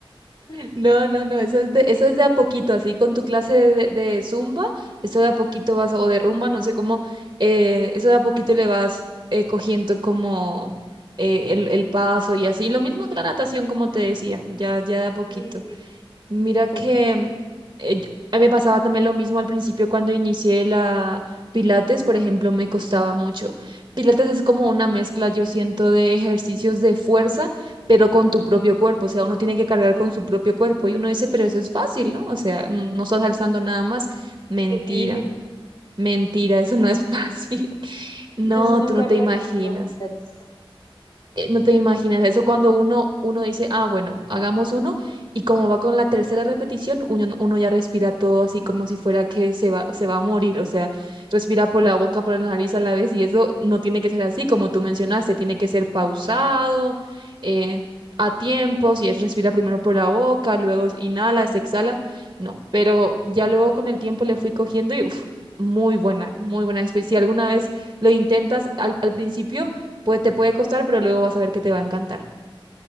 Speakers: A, on the left; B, on the right.
A: <laughs>
B: No, no, no, eso es de, eso es de a poquito, así con tu clase de, de zumba, eso de a poquito vas, o de rumba, no sé cómo, eh, eso de a poquito le vas eh, cogiendo como eh, el, el paso y así. Lo mismo que la natación, como te decía, ya, ya de a poquito.
A: Sí,
B: Mira
A: de a poquitico.
B: que eh, yo- a mí me pasaba también lo mismo al principio cuando inicié la Pilates, por ejemplo, me costaba mucho. Pilates es como una mezcla, yo siento, de ejercicios de fuerza, pero con tu propio cuerpo. O sea, uno tiene que cargar
A: Sí,
B: con su propio cuerpo y uno dice, pero eso es fácil, ¿no? O sea, no, no estás alzando nada más. Mentira,
A: sí. <laughs>
B: mentira, <laughs> eso no es <laughs> fácil. No,
A: Yo sí nunca
B: tú no
A: he
B: te
A: practicado
B: imaginas
A: pilates.
B: eh, No te imaginas eso cuando uno, uno dice, ah, bueno, hagamos uno, y como va con la tercera repetición, uno, no- uno ya respira todo así como si fuera que se va, se va a morir, o sea, respira por la boca, por la nariz a la vez, y eso no tiene que ser así, como tú mencionaste, tiene que ser pausado, eh, a tiempos, y es respira primero por la boca, luego inhalas, exhala, no, pero ya luego con el tiempo le fui cogiendo y, uff, muy buena, muy buena experiencia. Si alguna vez lo intentas al, al principio, Puede, te puede costar, pero luego vas a ver que te va a encantar.